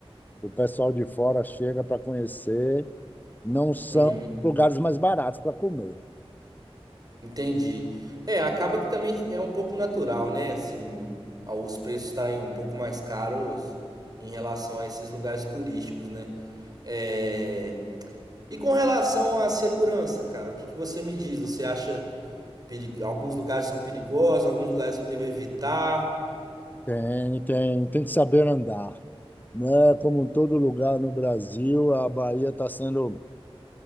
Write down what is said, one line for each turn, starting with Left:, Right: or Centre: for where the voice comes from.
Left: o pessoal de fora chega para conhecer, não são
Right: Uhum,
Left: lugares mais baratos para comer.
Right: entendi. É, acaba que também é um pouco natural, né? Assim, ao- os preços estarem um pouco mais caros em relação a esses lugares turísticos, né? É... E com relação à segurança, cara, o que que você me diz? Você acha que alguns lugares são perigosos, alguns lugares eu devo evitar?
Left: Tem, tem, tem que saber andar, né? Como em todo lugar no Brasil, a Bahia está sendo